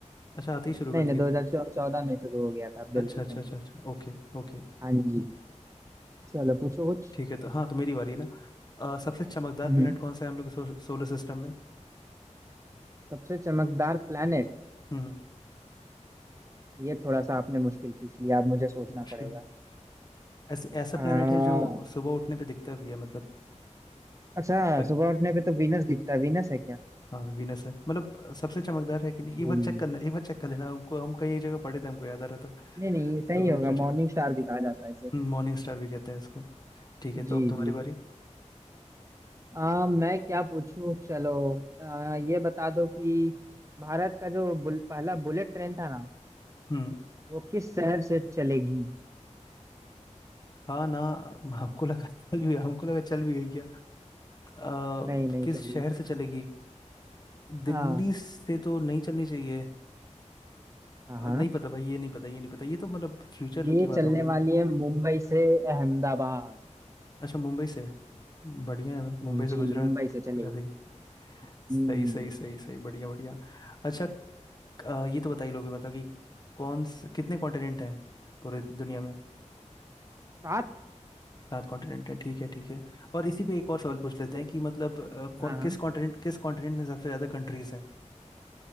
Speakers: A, on the left; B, on the right.
A: अच्छा आते
B: नहीं
A: ही शुरू कर दिए
B: नहीं दो
A: थे
B: हजार चौदह में शुरू हो गया था
A: अच्छा
B: बिल्कुल
A: अच्छा
B: सही
A: अच्छा
B: है
A: अच्छा ओके ओके
B: हाँ जी चलो पूछो कुछ
A: ठीक है तो हाँ तो मेरी बारी है ना अ, सबसे चमकदार
B: हम्म
A: प्लेनेट कौन सा है हम लोग के सो, सोलर सिस्टम में
B: सबसे चमकदार प्लेनेट
A: हम्म हम्म,
B: ये थोड़ा सा आपने मुश्किल पूछ लिया अब मुझे सोचना
A: मुश्किल
B: पड़ेगा
A: ऐसे ऐसा
B: आ,
A: प्लेनेट है जो सुबह उठने पे दिखता भी है मतलब
B: अच्छा
A: अ,
B: सुबह उठने पे तो वीनस दिखता है वीनस है क्या
A: हाँ वीनस है मतलब अ, सबसे चमकदार है कि नहीं
B: जी
A: एक बार चेक करना एक बार चेक कर लेना हमको हम कई जगह पढ़े थे हमको याद आ रहा था
B: नहीं नहीं ये सही
A: तो वही
B: होगा
A: हम सोचे
B: मॉर्निंग
A: पूछ
B: स्टार भी कहा जाता है इसे
A: मॉर्निंग स्टार भी कहते हैं इसको ठीक है
B: जी
A: तो अब तुम्हारी
B: जी
A: बारी
B: आ, मैं क्या पूछूं चलो आ, ये बता दो कि भारत का जो बुल, पहला बुलेट ट्रेन था ना
A: हम्म
B: वो किस शहर से चलेगी
A: हाँ ना हमको लगा चल भी हमको लगा चल भी गई क्या अ,
B: नहीं नहीं
A: किस
B: चलिए
A: शहर से चलेगी दिल्ली
B: हाँ
A: से तो नहीं चलनी चाहिए
B: हाँ
A: और
B: हाँ
A: नहीं पता भाई ये नहीं पता ये नहीं पता ये तो मतलब फ्यूचर
B: ये
A: की बात
B: चलने
A: हो गई ना
B: वाली है मुंबई से अहमदाबाद
A: अच्छा मुंबई से बढ़िया है भाई,
B: हम्म,
A: मुंबई
B: जी
A: से गुजरात
B: मुंबई
A: पहुंचा
B: से चलेगी
A: देगी सही
B: हम्म
A: सही सही सही बढ़िया बढ़िया अच्छा अ, ये तो बता ही लोगे मतलब कि कौन से कितने कॉन्टिनेंट हैं पूरे दुनिया में
B: सात
A: सात कॉन्टिनेंट हैं ठीक है ठीक है और इसी पे एक और सवाल पूछ लेते
B: च-
A: हैं कि मतलब अ, कौ-
B: हाँ हाँ
A: किस कॉन्टिनेंट किस कॉन्टिनेंट में सबसे ज़्यादा कंट्रीज हैं